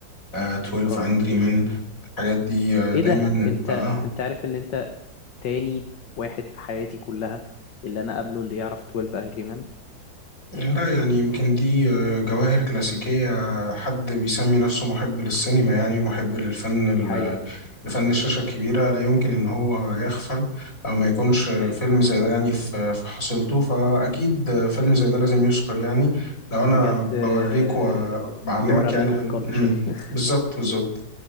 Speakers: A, on the left; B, on the left.
A: آه، 12
B: اه
A: Angry Men الحاجات دي آه،
B: ايه
A: دايما
B: ده انت
A: آه
B: انت عارف ان انت تاني واحد في حياتي كلها اللي انا قابله اللي يعرف 12 انجري مان
A: لا يعني يمكن دي آه، جواهر كلاسيكية حد بيسمي نفسه محب للسينما يعني محب للفن
B: دي حقيقة
A: لفن الشاشة الكبيرة لا يمكن إن هو يغفل أو ما يكونش
B: دي حقيقة
A: فيلم زي ده يعني في في حصيلته فأكيد فيلم زي ده لازم يذكر يعني لو
B: بجد
A: أنا بوريك
B: آه،
A: وبعلمك
B: you are a
A: يعني
B: man
A: عن
B: of culture
A: مم. بالظبط بالظبط